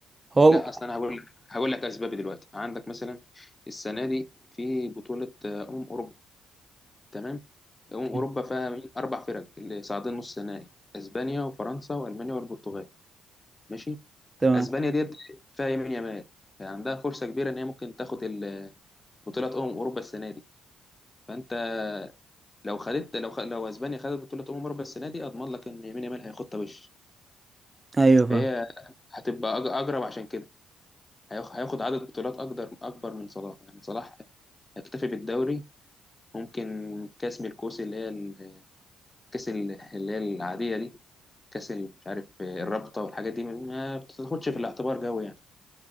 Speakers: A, on the right; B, on the left.
A: هو
B: لا اصل انا هقول لك هقول لك اسبابي دلوقتي عندك مثلا السنه دي في بطوله آه، امم اوروبا تمام امم
A: <laughs>
B: اوروبا فيها مين اربع فرق اللي صاعدين نص نهائي اسبانيا وفرنسا والمانيا والبرتغال ماشي
A: تمام
B: اسبانيا ديت فيها يمين يمال فعندها فرصه كبيره ان هي ممكن تاخد ال- بطوله امم اوروبا السنه دي فانت لو خدت لو خ... لو اسبانيا خدت بطوله امم اوروبا السنه دي اضمن لك ان يمين يمال هياخدها وش
A: ايوه فاهم
B: فهي هتبقى أج- اقرب عشان كده هياخ- هياخد عدد بطولات أقدر أكبر من صلاح يعني صلاح هيكتفي بالدوري ممكن كأس من الكؤوس اللي هي الكأس اللي هي العادية دي كأس ال- مش عارف الرابطة والحاجات دي ما بتاخدش في الاعتبار قوي يعني